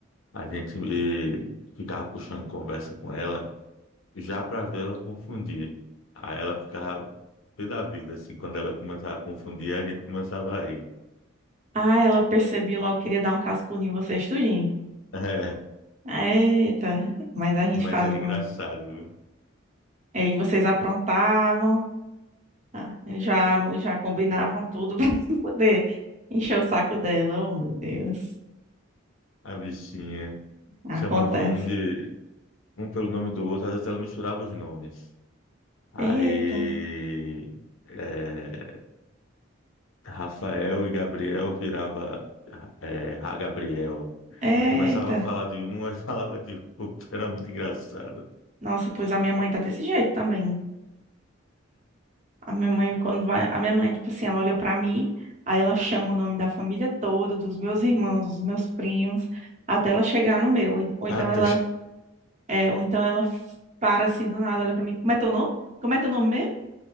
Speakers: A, on the left; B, on the right.
A: a gente eh, ficava puxando conversa com ela já para vê-la confundir. Aí ela ficava pé da vida, assim, quando ela começava a confundir, a gente começava a rir. <laughs>
B: Ah, ela percebia logo, queria dar um cascudo em vocês tudinho.
A: É,
B: Eita, mas a gente
A: mas
B: faz
A: era
B: também.
A: engraçado, viu?
B: Aí vocês aprontavam, ah, já, já combinavam tudo <laughs> pra poder encher o saco dela. Oh, meu Deus.
A: A bichinha
B: Acontece.
A: chamava um de um pelo nome do outro, às vezes ela misturava os nomes. Aí,
B: Eita,
A: eh, Rafael e Gabriel virava é, Ra Gabriel.
B: eita.
A: Ela começava a falar de um <laughs> e falava de outro. Era muito engraçado.
B: Nossa, pois a minha mãe tá desse jeito também. A minha mãe, quando vai, a minha mãe, tipo assim, ela olha pra mim, aí ela chama o nome da família toda, dos meus irmãos, dos meus primos, até ela chegar no meu. Ou ou então
A: Até...
B: ela, é, ou então ela para assim do nada, olha pra mim, como é teu nome? Como é teu nome mesmo?